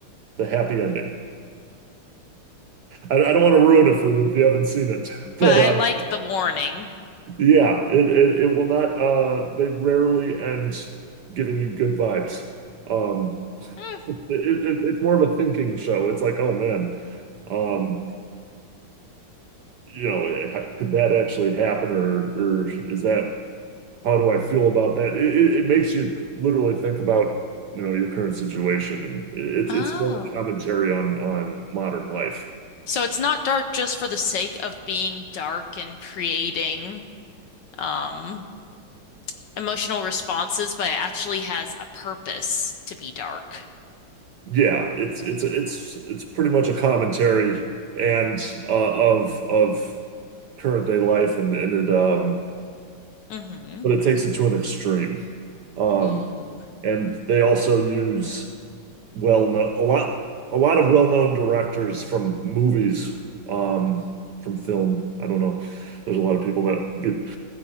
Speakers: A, on the right; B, on the left.
A: the happy ending. I, I don't want to ruin it for you if you haven't seen it,
B: But
A: <laughs> but
B: I
A: uh,
B: like the warning.
A: Yeah, it it it will not uh they rarely end giving you good vibes. Um
B: Hmm.
A: it, it it's more of a thinking show. It's like, oh man, um you know, ha- could that actually happen or or is that how do I feel about that? It it, it makes you literally think about, you know, your current situation and it, it's
B: Oh.
A: it's more commentary on on modern life.
B: So it's not dark just for the sake of being dark and creating um emotional responses, but it actually has a purpose to be dark.
A: Yeah, it's it's it's it's pretty much a commentary and uh, of of current day life and and it um
B: Mm-hmm.
A: but it takes it to an extreme. Um
B: Ooh.
A: and they also use well-known a lot a lot of well-known directors from movies um from film. I don't know. There's a lot of people that get